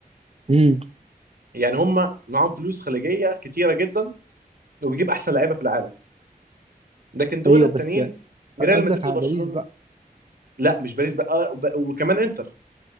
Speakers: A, on the right (about 40°); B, on the right (about 70°).
A: امم
B: يعني هم معاهم فلوس خليجيه كتيره جدا وبيجيب احسن لعيبه في العالم لكن دول
A: ايوه
B: التانيين
A: بس
B: ريال
A: قصدك
B: مدريد
A: على
B: وبرشلونه
A: باريس بقى
B: لا مش باريس بقى آه، وب- وكمان انتر